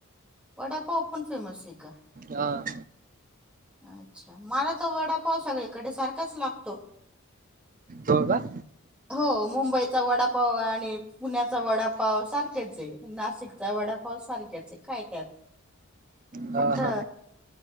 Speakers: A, in the centre; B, on the right (about 40°).
A: वडापाव पण फेमस ये का?
B: आ.
A: अच्छा! मला त वडापाव सगळीकडे सारखाच लागतो.
B: होय का?
A: हो मुंबईचा वडापाव आणि पुण्याचा वडापाव सारखेच ये नाशिकचा व वडापाव सारखेच ये काय त्यात
B: हा
A: फक्त
B: हा